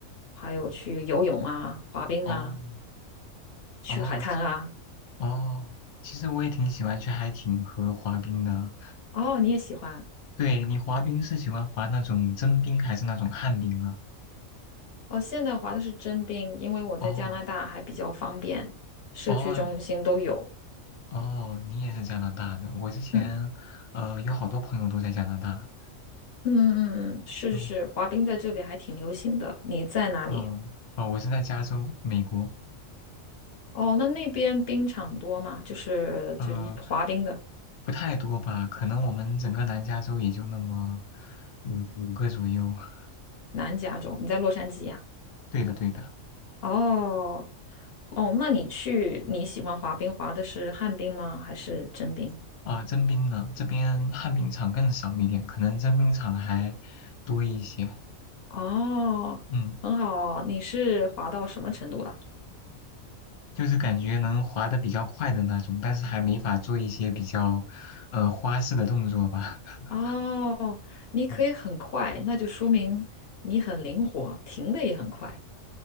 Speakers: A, on the left; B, on the left.
A: 还有去游泳啊、滑冰啊、
B: 哦，
A: 去海滩啊。
B: 哦，哦，其实我也挺喜欢去海景和滑冰的。
A: 哦，你也喜欢？
B: 对，你滑冰是喜欢滑那种真冰还是那种旱冰啊？
A: 哦，现在滑的是真冰，因为我在加拿大还比较方便，
B: 哦，
A: 社区中心都有。
B: 哦，哦，你也是加拿大的。我之前，
A: 嗯
B: 呃，有好多朋友都在加拿大。
A: 嗯嗯嗯，嗯是是是，
B: 嗯
A: 滑冰在这里还挺流行的。你在哪里？
B: 嗯，哦，我是在加州，美国。
A: 哦，那那边冰场多吗？就是就是滑冰的，
B: 嗯，不太多吧，可能我们整个南加州也就那么五五个左右。<laughs>
A: 南加州。你在洛杉矶呀、
B: 对的，对的。
A: 哦哦，那你去你喜欢滑冰，滑的是旱冰吗？还是真冰？
B: 啊，征兵呢，这边旱冰场更少一点，可能征兵场还多一些。
A: 哦，
B: 嗯，
A: 很好，你是滑到什么程度了？
B: 就是感觉能滑得比较快的那种，但是还没法做一些比较呃花式的动作吧。<laughs>
A: 哦，你可以很快，
B: 嗯，
A: 那就说明你很灵活，停的也很快